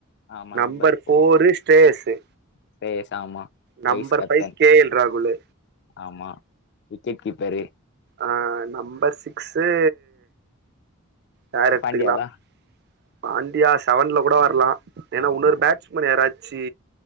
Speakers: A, on the left; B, on the right.
A: ஆமா
B: நம்பர்
A: ஃபோர்
B: ஃபோரு ஸ்ட்டே எஸ்ஸு
A: ஸ்ரேயஸ் ஆமா
B: number
A: vice captain
B: five K L ராகுலு
A: ஆமா விக்கெட் கீப்பரு
B: ஆ நம்பர் சிக்ஸு யார் எடுத்துக்கலா
A: பாண்டியாவா
B: பாண்டியா செவன்ல கூட வர்லா ஏனா
A: ஆமா
B: இன்னொரு பேட் ஸ்மேன் யாராச்சு